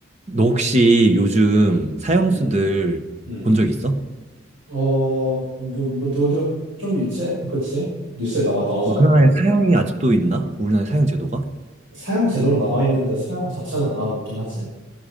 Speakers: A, on the right; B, on the right.
A: 너 혹시 요즘 사형수들
B: 음, 음.
A: 본 적 있어?
B: 어, 뭐, 뭐, 누구도 좀 있지? 그치? 뉴스에 나와, 나오잖아.
A: 우리나라에 사형이 아직도 있나? 우리나라에 사형 제도가?
B: 사용 제대로 남아있는데 사용 자체는 안 하고 있긴 하지.